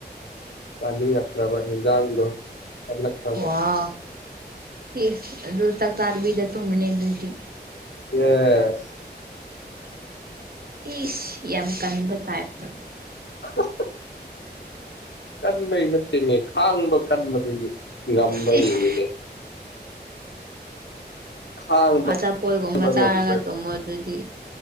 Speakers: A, on the left; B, on the right.
A: ꯆꯥꯅꯤꯡꯉꯛꯇ꯭ꯔꯕ ꯍꯦꯟꯖꯥꯡꯗꯣ ꯇꯜꯂꯛꯈ꯭ꯔꯕ
B: ꯋꯥꯎ ꯏꯁ ꯑꯗꯨ ꯆꯥꯛ ꯆꯥꯗꯕꯤꯗ ꯇꯨꯝꯔꯅꯤ ꯑꯗꯨꯗꯤ
A: ꯌꯦꯁ
B: ꯏꯁ ꯌꯥꯝ ꯀꯟꯕ ꯇꯥꯏꯞꯇ
A: <unintelligible> ꯀꯟꯕꯩ ꯅꯠꯇꯦꯅꯦ ꯈꯥꯡꯕ ꯀꯟꯕꯗꯨꯒꯤ ꯉꯝꯕꯔ
B: ꯁꯤꯁ
A: ꯌꯦꯡꯉꯤꯅꯦ ꯈꯥꯡꯕ
B: ꯑꯆꯥꯄꯣꯠꯒꯨꯝꯕ
A: ꯀꯟꯕ
B: ꯆꯥꯔꯒ
A: ꯉꯝꯕ
B: ꯇꯨꯝꯃꯣ ꯑꯗꯨꯗꯤ